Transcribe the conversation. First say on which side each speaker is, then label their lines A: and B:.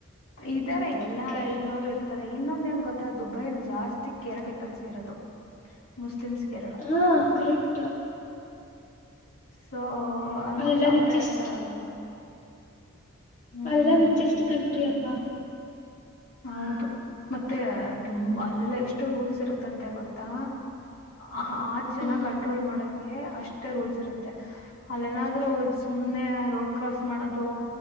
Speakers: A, on the left; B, on the left.
A: ಇದಾರೆ ಎಲ್ಲಾ
B: ಓಕೆ
A: ಇದ್ರೋರು ಇರ್ತಾರೆ ಇನ್ನೊಂದ ಏನ್ ಗೊತ್ತಾ ದುಬೈಲ್ ಜಾಸ್ತಿ ಕೇರಳ ಪೀಪಲ್ಸ್ ಇರೋದು ಮುಸ್ಲಿಮ್ಸ್ ಕೇರಳ
B: ಹಾ ಕರೆಕ್ಟು
A: ಸ ಹೊ ಆಲ್ಮೋಸ್ಟ್
B: ಎಲ್ಲ
A: ಅವ್ರೇ
B: ರಿಚೆಸ್ಟ್
A: ಇರ್ತಾರಲ್ವಾ <inaudible> ಹ್ಮ್
B: ಮರೆಲ್ಲ ಬಿಚ್ ಎಷ್ಟು ಕಂಟ್ರಿ ಅಲ್ವಾ
A: ಹೌದು ಮತ್ತೆ ತುಂಬ ಅಲ್ಲೆಲ್ಲ ಎಷ್ಟು ರೂಲ್ಸ್ ಇರುತ್ತಂತೆ ಗೊತ್ತಾ? ಆಹ್ ಆರ್ ಜನ
B: ಹ್ಮ್
A: ಕಂಟ್ರೋಲ್ ಮಾಡಕ್ ಅಷ್ಟೇ ರೂಲ್ಸ್ ಇರುತ್ತೆ ಅಲ್ಲೆನಾದ್ರು ಸುಮ್ನೆ ರೋಡ್ ಕ್ರಾಸ್ ಮಾಡೋದು